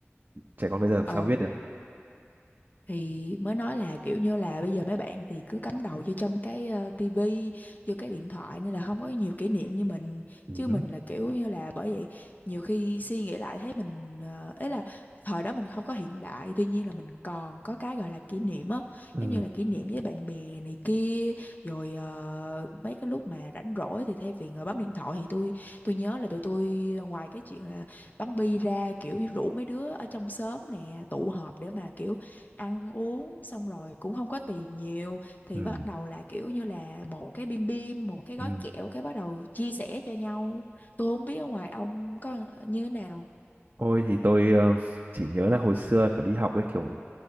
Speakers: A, on the right; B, on the left.
A: trẻ con bây giờ làm
B: ờ
A: sao biết được
B: thì mới nói là kiểu như là bây giờ mấy bạn thì cứ cắm đầu vô trong cái ờ, tivi vô cái điện thoại nên là không có nhiều kỷ niệm như mình
A: ừ.
B: chứ mình là kiểu như là bởi vậy nhiều khi suy nghĩ lại thấy mình ờ, ấy là thời đó mình không có hiện đại tuy nhiên là mình còn có cái gọi là kỷ niệm á
A: Ừ.
B: giống như là kỷ niệm với bạn bè này kia rồi ờ, mấy cái lúc mà rảnh rỗi thì thay vì ngồi bấm điện thoại thì tôi tôi nhớ là tụi tôi ờ, ngoài cái chuyện là bắn bi ra kiểu như rủ mấy đứa ở trong xóm nè tụ họp để mà kiểu ăn uống xong rồi cũng không có tiền nhiều thì
A: Ừ.
B: bắt đầu là kiểu như là một cái bim bim một cái
A: Ừ.
B: gói kẹo cái bắt đầu chia sẻ cho nhau tôi không biết ở ngoài ông có như thế nào
A: Ôi thì tôi ờ, chỉ nhớ là hồi xưa kiểu đi học ấy kiểu